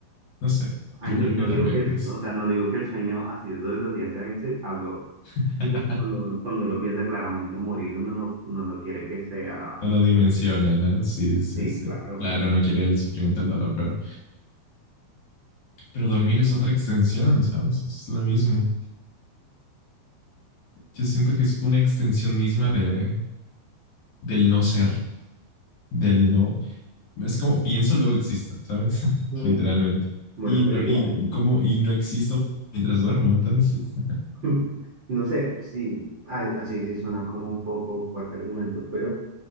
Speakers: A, on the left; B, on the right.
A: No sé,
B: I
A: yo
B: mean,
A: creo que
B: no
A: también
B: digo que, el-
A: es.
B: o sea, no digo que el sueño así de todos los días sea ese, hablo,
A: <laughs>
B: digo, cuando uno, cuando uno piensa claramente morir, uno no, uno no quiere que sea,
A: No lo dimensiona, ¿no? Sí, sí,
B: sí,
A: sí.
B: claro.
A: Claro, no quiere el sufrimiento, el dolor, pero, pero dormir es otra extensión, ¿sabes? Es lo mismo. Yo siento que es una extensión misma de, del no ser, del no. Es como pienso, luego existo, ¿sabes? <laughs>
B: Mm,
A: Literalmente.
B: Bueno,
A: Y no,
B: pero igual,
A: y como, y no existo mientras duermo, entonces.
B: <laughs> no sé, sí, ay, así sí suena como un poco fuerte argumento, pero